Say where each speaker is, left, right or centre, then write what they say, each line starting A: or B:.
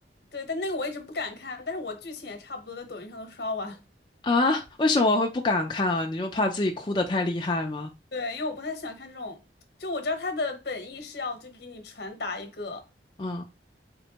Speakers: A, on the left (about 70°); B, on the left (about 25°).
A: 对，但那个我一直不敢看，但是我剧情也差不多在抖音上都刷完。
B: 啊，为什么会不敢看啊？你就怕自己哭得太厉害吗？
A: 对，因为我不太喜欢看这种，就我知道他的本意是要就给你传达一个
B: 嗯，